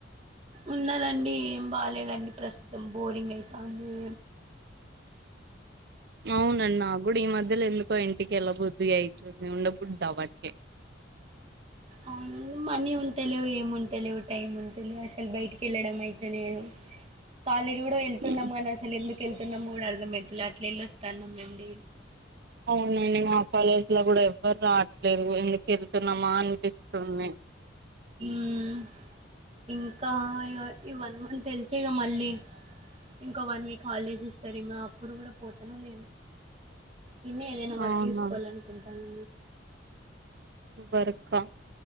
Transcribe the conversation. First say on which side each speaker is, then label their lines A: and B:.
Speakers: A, on the right; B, on the right.
A: ఉన్నరండి ఏం బాలేదండి ప్రస్తుతం బోరింగ్ ఐతావుందా
B: అవునండి నాకు కూడా ఈ మధ్యలో ఎందుకో ఇంటికి ఎల్ల బుద్ధి ఐతుంది ఉండబుద్ది అవ్వట్లే
A: అవునే మనీ ఉంటలేవు ఏమి ఉంటలేవు టైం ఉంటలే అసలు బయటికెళ్ళడం అయితేనే కాలేజీ కూడా వెళ్తున్నాం
B: మ్మ్.
A: కానీ అసలు ఎందుకెళ్తున్నామో కూడా అర్ధమైతలే అట్లెళ్ళొస్తాన్నామండి
B: అవునండి మా కాలేజ్ లో కూడా ఎవ్వరూ రావట్లేదు ఎందుకెళ్తున్నామా అనిపిస్తుంది
A: ఉమ్ ఇగ ఈ వన్ మంత్ ఎళ్తే ఇగ మళ్ళీ ఇంకో వన్ వీక్ హాలిడేస్ వస్తాదేమో అప్పుడు కూడా పోతానో లేనో ఈడనే ఏదైనా వర్కు
B: అవునా
A: చూసుకోవాలనుకుంటా <inaudible>
B: వర్క్ ఆ